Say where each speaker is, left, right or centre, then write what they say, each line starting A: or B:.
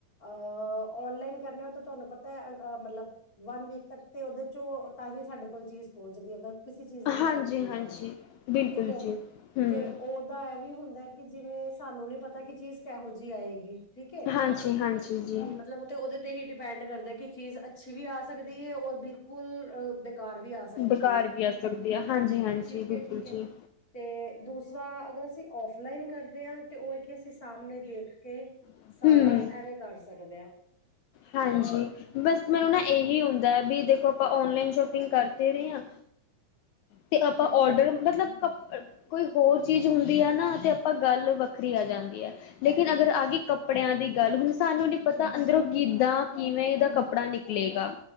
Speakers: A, on the left; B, on the left.
A: ਅ ਔਨਲਾਈਨ ਕਰਨੈ ਤਾਂ ਤੁਹਾਨੂੰ ਪਤਾ ਏ, ਮਤਲਬ ਵਨ-ਵੀਕ ਤੱਕ ਤੇ ਉਹਦੇ'ਚੋਂ ਤਾਂਹੀ ਸਾਡੇ ਕੋਲ ਚੀਜ਼ ਪਹੁੰਚੱਦੀ ਅਗਰ ਕਿਸੇ ਚੀਜ਼ ਦੀ ਵੀ
B: ਹਾਂਜੀ-ਹਾਂਜੀ,
A: ਸ਼ੋਪਿੰਗ ਕਰੋ,
B: ਬਿਲਕੁਲ
A: ਠੀਕ ਏ
B: ਜੀ, ਹੂੰ।
A: ਤੇ ਓ ਤਾ ਐਵੀ ਹੁੰਦਾ ਕਿ ਜਿਵੇਂ, ਸਾਨੂੰ ਨੀ ਪਤਾ ਕਿ ਚੀਜ਼ ਕਿਹੋ ਜੀ ਆਏਗੀ ਠੀਕ ਏ,
B: ਹਾਂਜੀ-ਹਾਂਜੀ ਜੀ,
A: ਕੀ ਮਤਲਬ ਤੇ ਓਹਦੇ ਤੇ ਹੀ ਡਿਪੈਂਡ ਕਰਦਾ ਕਿ, ਚੀਜ਼ ਅੱਛੀ ਵੀ ਆ ਸਕਦੀ ਏ, ਔਰ ਬਿਲਕੁਲ ਬੇਕਾਰ ਵੀ ਆ ਸਕਦੀ
B: ਬਕਾਰ
A: ਹੈ
B: ਵੀ ਆ ਸਕਦੀ ਆ, ਹਾਂਜੀ-ਹਾਂਜੀ
A: ਠੀਕ
B: ਬਿਲਕੁਲ
A: ਹੈ ਠੀਕ ਹੈ
B: ਜੀ।
A: ਤੇ, ਦੂਸਰਾ ਅਗਰ ਅਸੀਂ ਔਫ ਲਾਈਨ ਕਰਦੇ ਆਂ, ਤੇ ਉਹ ਇੱਥੇ ਅਸੀ ਸਾਹਮਣੇ ਦੇਖਕੇ
B: ਹੂੰ-ਹੂੰ,
A: ਸਾਰਾ ਐਵੇਂ ਕਰ ਸਕਦੇ ਆਂ।
B: ਹਾਂਜੀ। ਬਸ ਮੈਨੂੰ ਨਾ ਇਹੀ ਹੁੰਦਾ ਵੀ ਦੇਖੋ, ਆਪਾਂ ਓਨਲਾਈਨ ਸ਼ੋਪਿੰਗ ਕਰ ਦੇ ਰਹੇ ਹਾਂ ਤੇ ਆਪਾਂ
A: ਅੱਛਾ,
B: ਔਡਰ, ਮਤਲਬ, ਕ ਕੋਈ ਹੋਰ ਚੀਜ਼ ਹੁੰਦੀ ਆ ਨਾ, ਤੇ ਆਪਾਂ ਗੱਲ ਵੱਖਰੀ ਆ ਜਾਣ ਲੇਕਿਨ, ਅਗਰ ਆਗੀ ਕੱਪੜਿਆਂ ਦੀ ਗੱਲ, ਹੁਣ ਸਾਨੂੰ ਨੀ ਪਤਾ ਅੰਦਰੋਂ ਕਿੱਦਾਂ, ਕਿਵੇਂ ਦਾ ਕੱਪੜਾ ਨਿਕਲੇਗਾ।